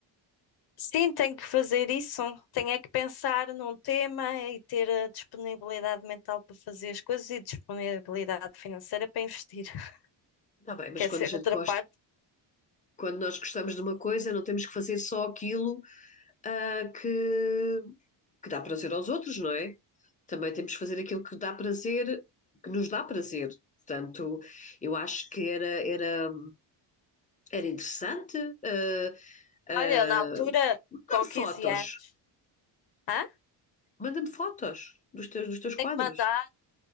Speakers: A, on the left; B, on the left.
A: sim, tenho que fazer isso. Tenho é que pensar num tema e ter a disponibilidade mental para fazer as coisas e disponibilidade financeira para investir. <laughs>
B: Está bem, mas
A: Quer
B: quando
A: ser
B: a gente
A: outra
B: gosta,
A: parte
B: quando nós gostamos de uma coisa, não temos que fazer só aquilo ah, que, que dá prazer aos outros, não é? Também temos que fazer aquilo que dá prazer, que nos dá prazer. Portanto, eu acho que era, era, era interessante. ah, ah,
A: Olha, eu na altura,
B: manda-me
A: com
B: fotos,
A: 15 anos, hã?
B: manda-me fotos dos teus, dos teus
A: Tem
B: quadros.
A: que mandar.